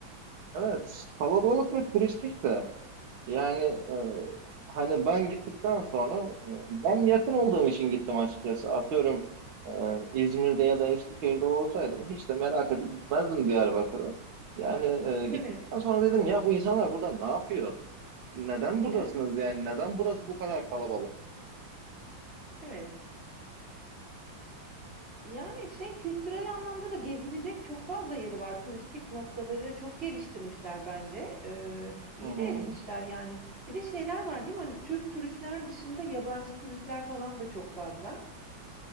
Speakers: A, on the right (about 90°); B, on the right (about 30°).
A: Evet kalabalık ve turistik de. Yani e, hani ben gittikten sonra e, ben yakın olduğum için gittim açıkçası. Atıyorum e, İzmir'de ya da Eskişehir'de olsaydım hiç de merak edip gitmezdim Diyarbakır'a. Yani e,
B: <laughs> Evet.
A: gittikten sonra dedim ya bu insanlar burada ne yapıyor? Neden buradasınız
B: <laughs>
A: yani? Neden burası bu kadar kalabalık?
B: Evet. Yani şey kültürel anlamda da gezilecek çok fazla yeri var. Turistik noktaları çok geliştirmişler bence. Ee, iyi
A: Hı hı.
B: de etmişler yani. Bir de şeyler var değil mi? Hani Türk turistler dışında yabancı turistler falan da çok fazla.